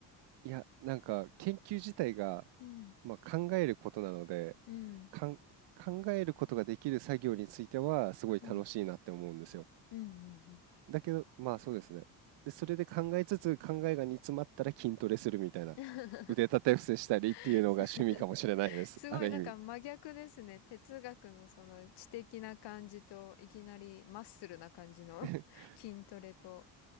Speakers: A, on the right; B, on the left.
A: いや、なんか研究自体が、
B: うん、
A: まあ、考えることなので、
B: うん、
A: かん、考えることができる作業についてはすごい楽しいなって思うんですよ。
B: うん、うん、うん、うん
A: だけど、まあそうですね。で、それで考えつつ、考えが煮詰まったら筋トレするみたいな。
B: <laughs>。
A: 腕立て伏せしたりっていうのが趣味かもしれないです。
B: すすごいなんか真逆ですね。
A: ある意味。
B: 哲学のその知的な感じと、いきなりマッスルな感じの
A: <laughs>
B: <laughs> 筋トレと。